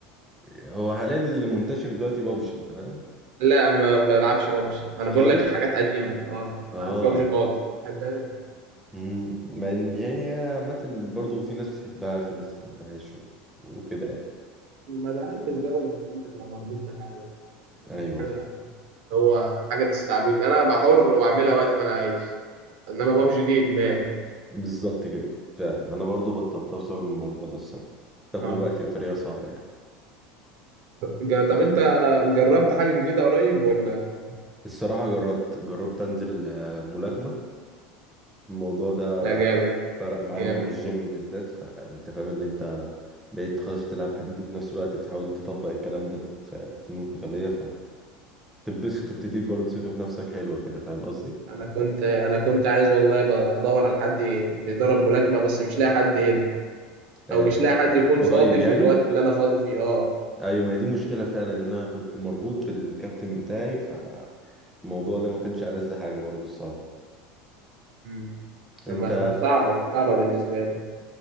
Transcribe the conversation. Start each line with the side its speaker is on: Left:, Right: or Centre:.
Centre: هو حاليا اللي منتشر دلوقتي بابجي انت فاهم
Right: لا ما ما بلعبش بابجي أنا
Centre: خالص
Right: بقول لك حاجات قديمة اه ما
Centre: اه
Right: بلعبش بابجي خالص ما بحبهاش
Centre: مم. مع ان يعني عامة برضه في ناس بتحبها في ناس ما بتحبهاش و... وكده يعني
Right: ما بحبش جو إن أنت تبقى مربوط بحاجة أنا
Centre: ايوه
Right: ما فيش حاجة
Centre: فاهم
Right: هو حاجة تستعبدني أنا بحر وأعملها وقت ما أنا عايز انما بابجي دي ادمان
Centre: بالظبط كده فعلا انا برضه بطلتها بسبب الموضوع ده الصراحة تاكل
Right: اه
Centre: وقتي بطريقة صعبة يعني
Right: جا- طب انت جربت حاجه جديده قريب ولا
Centre: الصراحة جربت جربت انزل آه، ملاكمة الموضوع ده
Right: لا جامد
Centre: فرق معايا
Right: جامد
Centre: مع الجيم بالذات فانت فاهم اللي انت بقيت خلاص بتلعب حديد وفي نفس الوقت بتحاول تطبق الكلام ده في فنون قتالية تتبسط وبتديك برضه ثقة في نفسك حلوة كده فاهم قصدي؟
Right: انا كنت انا كنت عايز والله بدور على حد بيدرب ملاكمه بس مش لاقي حد هنا
Centre: آه
Right: او مش لاقي حد يكون
Centre: قريب
Right: فاضي
Centre: يعني
Right: في الوقت اللي انا فاضي فيه اه
Centre: ايوه ما هي دي مشكلة فعلا ان انا كنت مربوط بالكابتن بتاعي فالموضوع ده ما كانش ألذ حاجة برضه الصراحة
Right: امم
Centre: انت
Right: اما صعبه صعبه بالنسبه لي